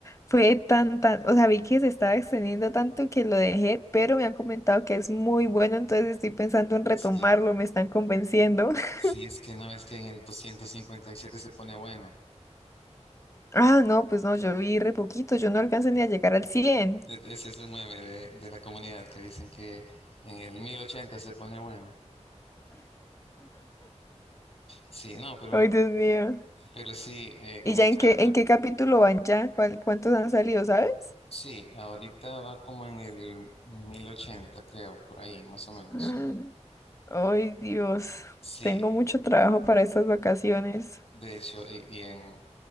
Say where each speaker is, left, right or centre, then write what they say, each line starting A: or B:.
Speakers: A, on the left; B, on the left.
A: fue tan, tan, o sea, vi que se estaba extendiendo tanto que lo dejé, pero me han comentado que es muy bueno, entonces estoy pensando en retomarlo,
B: Sí,
A: me están convenciendo. <laughs>
B: sí, es que no, es que en el 257 se pone bueno.
A: Ah, no, pues no, yo vi re poquito, yo no alcanzo ni a llegar al 100.
B: E- ese es un meme de, de la comunidad que dicen que en el 1080 se pone bueno. Sí, no, pero,
A: Ay, Dios mío.
B: pero sí, eh,
A: ¿Y
B: comenzarlo.
A: ya en qué, en qué capítulo van ya? ¿Cuál- cuántos han salido, sabes?
B: Sí, ahorita va como en el 1080, creo, por ahí, más o menos.
A: <gasps> Ay, Dios,
B: Sí,
A: tengo mucho trabajo para estas vacaciones.
B: de hecho, y, y en,